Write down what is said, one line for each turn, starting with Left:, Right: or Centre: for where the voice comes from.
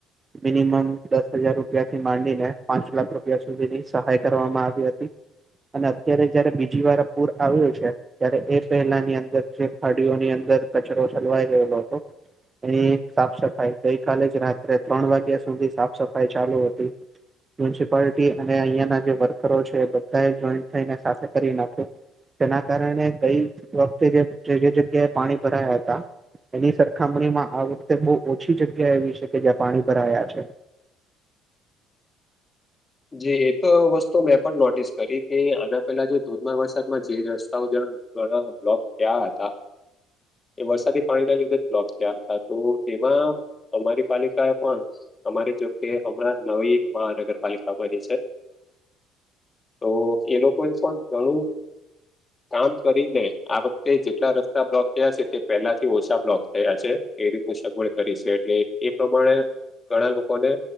Right: મિનિમમ દસ હજાર રૂપિયા થી માંડીને પાંચ લાખ રૂપિયા સુધીની સહાય કરવામાં આવી હતી. અને અત્યારે જયારે બીજી વાર પૂર આવ્યું છે. ત્યારે એ પહેલાની અંદર જે ખાડીઓની અંદર કચરો ચલવાઈ રહેલો હતો. એની સાફ સફાઈ ગઈકાલે જ રાત્રે ત્રણ વાગ્યા સુધી સાફ સફાઈ ચાલુ હતી મ્યુનિસિપાલિટી અને અહીંયાનાં જે વર્કરો છે, બધા જોઈન્ટ થઈને સાથે કરી નાખ્યો તેના કારણે ગઈ વખતે જે જે જગ્યાએ પાણી ભરાયા હતા. એની સરખામણીમાં આ વખતે બહુ ઓછી જગ્યા એવી છે, કે જ્યાં પાણી ભરાયા છે.
Left: જેી એ તો વસ્તુ મેં પણ નોટિસ કરી કે આના પેલા જે ધોધમાર વરસાદમાં જે રસ્તાઓ જણ. ઘણા બ્લોક તયા હતા. એ વરસાદી પાણીના લીધે બ્લોક થયા, હતા તો તેમાં અમારી પાલિકા એ પણ અમારી જોકે હમણાં નવી મહાનગરપાલિકામાંની છે. તો એ લોકોએ પણ ઘણુ કામ કરીને આ વખતે જેટલા રસ્તા બ્લોક થયા છે, તે પહેલાથી ઓછા બ્લોક થયા છે. એ રીતનું સગવડ કરી છે, એટલે એ પ્રમાણે ઘણા લોકોને